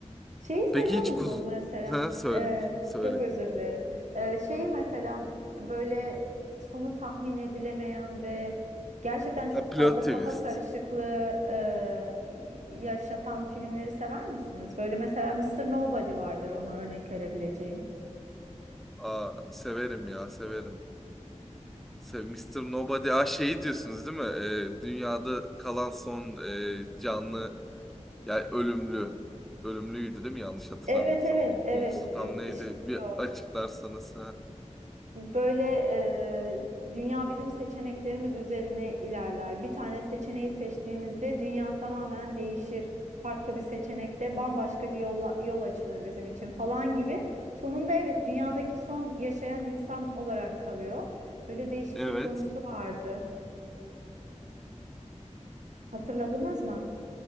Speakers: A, on the right; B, in the centre.
A: Şeyi seviyor
B: Peki hiç
A: musunuz
B: kuz...
A: mesela?
B: Ha, söyle.
A: Ee,
B: Söyle.
A: çok özür dilerim. Ee, şeyi mesela böyle sonu tahmin edilemeyen ve gerçekten çok
B: Ha,
A: fazla
B: plot twist.
A: kafa karışıklığı e, yaşatan filmleri sever misiniz? Böyle mesela Mister Nobody vardır ona örnek verebileceğim.
B: Aa, severim ya severim. Se- Mr. Nobody. Aa şeyi diyorsunuz değil mi? Ee, dünyada kalan son e, canlı Yani ölümlü. Ölümlüydü değil mi? Yanlış hatırlamıyorsam.
A: Evet evet
B: Bunun
A: evet
B: konusu tam neydi?
A: Ee, şey
B: Bir
A: diyor
B: açıklarsanız. Ha.
A: böyle e, dünya bizim seçeneklerimiz üzerine ilerler. Bir tane seçeneği seçtiğimizde dünya tamamen değişir. Farklı bir seçenekte bambaşka bir yolla, yol açılır bizim için falan gibi. Sonunda evet dünyadaki son yaşayan insan olarak kalıyor. Böyle değişik
B: Evet.
A: bir konusu vardı. Hatırladınız mı?